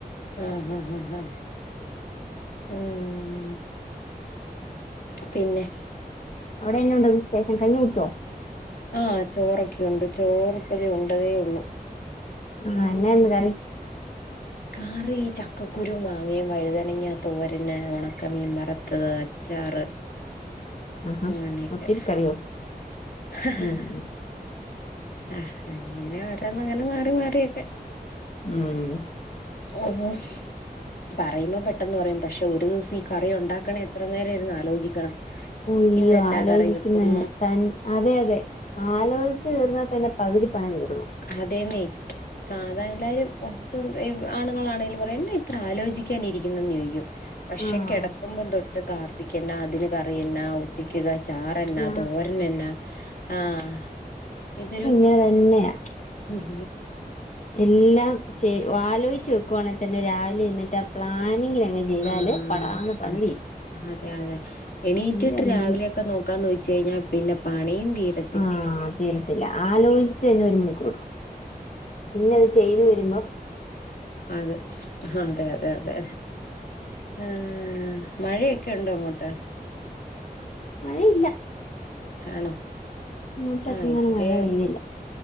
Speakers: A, on the left (about 75°); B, on the left (about 50°).
A: ആഹാ ഹ ഹാ ഉം പിന്നെ
B: അവിടെ എന്നാ ഉണ്ട് വിശേഷം കഞ്ഞി കുടിച്ചുവോ
A: ആ ചോറൊക്കെയുണ്ട് ചോറുപ്പതേ ഉണ്ടതേ ഉള്ളൂ
B: ആഹ് എന്നാ ഇന്ന് കറി
A: കറി ചക്കക്കുരുമാങ്ങയും വഴ്തനങ്ങാ തോരന് ഒണക്കമീൻ വറ്ത്തത്. അച്ചാറ്
B: ആഹാ
A: അങ്ങനെയൊക്കെ
B: ഒത്തിരി കറിയോ
A: ആഹ്
B: ഉം
A: ആഹ് അങ്ങനെ ഓരോന്ന് അങ്ങനെ മാറി മാറിയൊക്കെ
B: ഉം
A: ഓഹോ പറയുമ്പ പെട്ടെന്ന് പറയും പക്ഷെ ഒരു ദിവസം ഈ കറി ഒണ്ടാക്കണേ എത്ര നേരയിര്ന്ന് ആലോചിക്കണം.
B: അയ്യോ
A: ഇന്നെന്നാ
B: ആലോചിക്കുന്നന്
A: കറി വെക്കും
B: തൻ അതെ അതെ ആലോചിച്ച് തീർന്നാ തന്നെ പകുതിപ്പണിതീരും.
A: അതെന്നെ സാധായെല്ലാരും ഇപ്പം ഇ ആണുങ്ങളാണെലും പറയും എന്നാ ഇത്ര ആലോചിക്കാനിരിക്കുന്നത് ചോദിക്കും പക്ഷെ
B: ആഹ്
A: കെടക്ക്‌മ്പതൊ ന്ന് കാപ്പിക്കെന്നാ അതിന് കറിയെന്നാ ഉച്ചക്ക് ക ചാറെന്നാ
B: ഞാ
A: തോരൻനെന്നാ ആഹ് ഇതൊരു
B: ഇങ്ങനെതന്നെയാ
A: ഉം
B: എല്ലാം ചെ ആലോയിച്ച് വെക്കുവാണെതന്നെ രാവിലെ എഴുന്നേറ്റ് ആ പ്ലാനിങ്ങിലങ്ങ് ചെയ്താല്
A: ആഹ്
B: പടാന്ന് പണി
A: അതെ
B: തീരും
A: അതെ അതെ എണീറ്റിട്ട്
B: ഇനി അല്ലെങ്കിൽ
A: രാവിലെയൊക്കെ നോ ക്കാന്ന് വച്ച്കഴിഞ്ഞാ പിന്നെ പണിയും തീര
B: ആഹ് തീരത്തില്ല ആലോചിച്ച് തന്നെ ഒരു മണിക്കൂറെടുക്കും. പിന്നെ അത് ചെയ്ത് വര്മ്പം
A: അത് അതെ അതെ അതെ ആഹ് മഴയൊക്കെ ഒണ്ടോ അങ്ങോട്ട്?
B: മഴയില്ല.
A: ആണോ
B: ഇങ്ങോട്ടൊക്കെ
A: ആഹ്
B: ഇങ്ങനെ
A: ഇവ്ടെ
B: മഴ പെയ്തില്ല